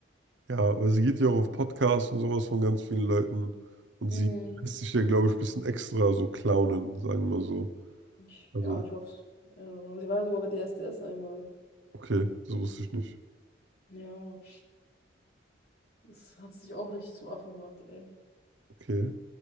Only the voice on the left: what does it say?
Mm,
ich,
ja, ich hoffe es. I don't know. Sie war ja sogar bei DSDS einmal.
Ja, das hat sich auch richtig zum Affen gemacht, ey.